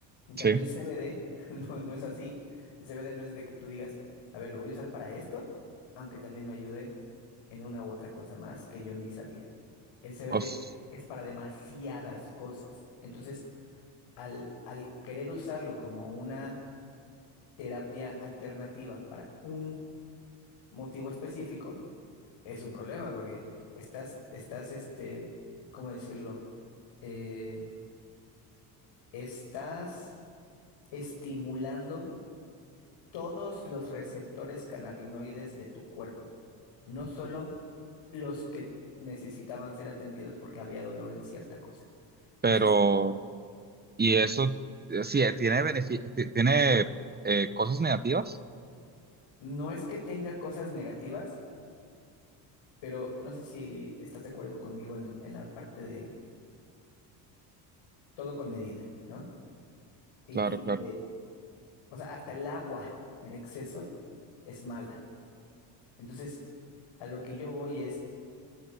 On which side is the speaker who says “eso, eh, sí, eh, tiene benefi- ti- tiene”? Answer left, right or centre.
Right